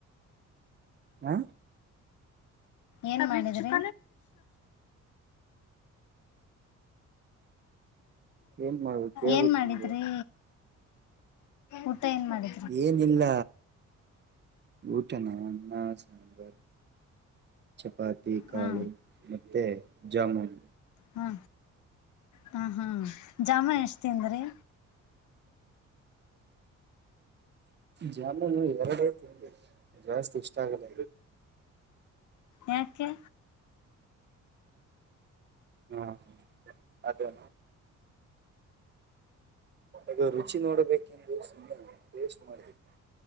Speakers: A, on the right; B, on the left.
A: ಹಾ
B: ಏನು ಮಾಡಿದ್ರಿ.
A: ಏನ್ ಮಾಡ್ಬೇಕು ಕೇಳ್ಬೇಕು
B: ಏನ್ ಮಾಡಿದ್ರೀ.
A: ನೀವೇ
B: ಊಟ ಏನ್ ಮಾಡಿ
A: ಏನಿಲ್ಲ ಊಟನ ಅನ್ನ ಸಾಂಬಾರ್. ಚಪಾತಿ ಕಾಳು
B: ಹಾ
A: ಮತ್ತೆ ಜಾಮುನ್.
B: ಹ ಹಾ ಹಾ ಜಾಮೂನ್ ಎಷ್ಟು ತಿಂದ್ರೀ.
A: ಜಾಮುನ ಎರಡೇ ತಿನ್ದೀದ್ದು ಜಾಸ್ತಿ ಇಷ್ಟ ಆಗಲ್ಲ.
B: ಯಕೇ.
A: ಹ್ಮ ಅದು. ಅದು ರುಚಿ ನೋಡಬೇಕೆಂದು ಸುಮನೆ ಟೇಸ್ಟ್ ಮಾಡಿದವಿ